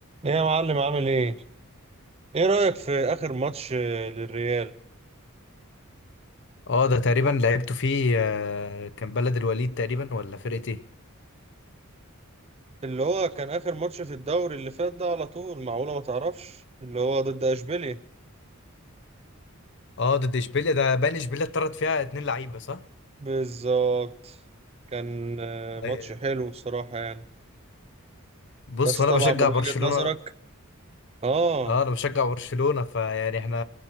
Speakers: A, on the right; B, on the left.
A: ايه يا معلم عامل ايه؟ ايه رأيك في آخر ماتش آه، للريال؟
B: اه ده تقريبا لعبته فيه آه، كان بلد الوليد تقريبا ولا فرقة ايه
A: اللي هو كان آخر ماتش في الدوري اللي فات ده على طول معقولة ما تعرفش؟ اللي هو ضد اشبيليا
B: اه ضد اشبيليا ده باين اشبيليا اتطرد فيها اتنين لعيبة صح
A: بالظبط كان آه،
B: أي-
A: ماتش حلو بصراحة يعني
B: بص
A: بس
B: وانا
A: طبعا
B: بشجع
A: من وجهة
B: برشلونة
A: نظرك اه
B: اه انا بشجع برشلونة فيعني احنا